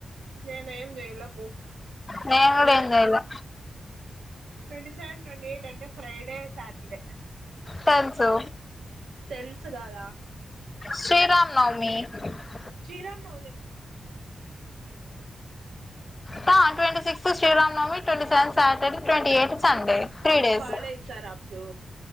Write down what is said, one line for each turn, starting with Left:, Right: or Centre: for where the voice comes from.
Right: నువ్వేం జయలే పో
Left: నేన్
Right: నువ్వే
Left: గుడ ఏం చేయలా
Right: ట్వంటీ సెవెన్ ట్వంటీ ఎయిట్ అంటే ఫ్రైడే సాటర్డే
Left: తెల్సు
Right: తెల్సు గదా
Left: శ్రీరామ నవమి <inaudible>
Right: శ్రీరామ నవమి
Left: ప twenty six Srirama Navami twenty seven Saturday twenty eight Sunday three
Right: మీకు
Left: డేస్
Right: హాలిడే ఇస్తారా అప్పుడు